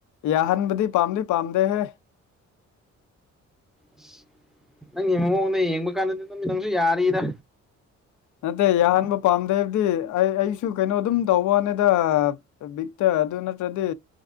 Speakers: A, on the left; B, in the centre.
A: ꯌꯥꯍꯟꯕꯗꯤ ꯄꯥꯝꯗꯤ ꯄꯥꯝꯗꯦꯍꯦ
B: ꯑꯁ ꯅꯪꯒꯤ ꯃꯑꯣꯡꯅ ꯌꯦꯡꯕ ꯀꯥꯟꯗꯗꯤ ꯑꯗꯨꯝ ꯅꯪꯁꯨ ꯌꯥꯔꯤꯗ
A: ꯅꯠꯇꯦ ꯌꯥꯍꯟꯕ ꯄꯥꯝꯗꯦ ꯍꯥꯏꯕꯗꯤ ꯑꯩ ꯑꯩꯁꯨ ꯀꯩꯅꯣ ꯑꯗꯨꯝ ꯇꯧꯕ ꯋꯥꯅꯤꯗ ꯕꯤꯠꯇ ꯑꯗꯨ ꯅꯠꯇ꯭ꯔꯗꯤ